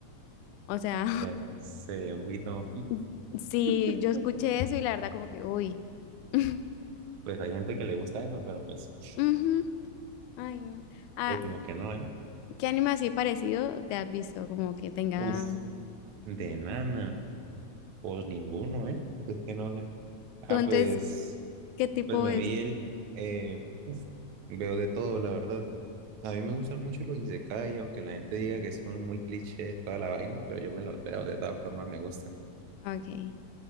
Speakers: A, on the left; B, on the right.
A: O sea,
B: pues eh, un poquito,
A: <laughs> sí,
B: <laughs>
A: yo escuché eso y la verdad como que, uy. <laughs>
B: pues hay gente que le gusta eso, pero pues,
A: Ujú. Ay, no. Ah,
B: pero como que no, ¿eh?
A: ¿qué anime así parecido te has visto? Como que tenga...
B: Uf, de nana, pues ninguno, ¿eh? <laughs> Pues que no sé. Ah,
A: ¿Tú entonces
B: pues,
A: qué tipo
B: pues me
A: es?
B: vi el, eh, uf, veo de todo, la verdad. A mí me gustan mucho los isekai, aunque la gente diga que son muy clichés, toda la vaina, pero yo me los veo, de todas formas me gusta.
A: Ah, Ok.